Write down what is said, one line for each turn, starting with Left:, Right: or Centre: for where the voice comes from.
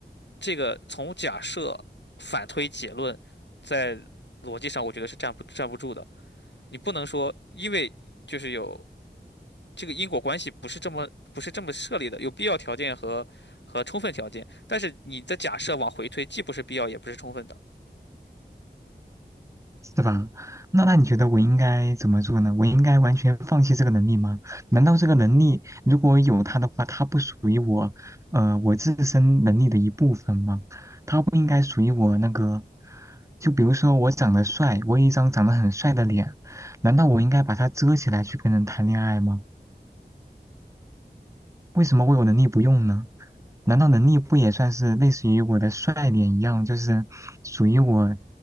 Left: 这个从假设反推结论，在逻辑上我觉得是站不站不住的。你不能说，因为就是有这个因果关系不是这么不是这么设立的，有必要条件和和充分条件，但是你的假设往回推，既不是必要也不是充分的。
Right: 是吧？那那你觉得我应该怎么做呢？我应该完全放弃这个能力吗？难道这个能力如果有它的话，它不属于我，呃，我自身能力的一部分吗？它不应该属于我那个，就比如说我长得帅，我有一张长得很帅的脸，难道我应该把它遮起来去跟人谈恋爱吗？为什么我有能力不用呢？难道能力不也算是类似于我的帅脸一样，就是属于我，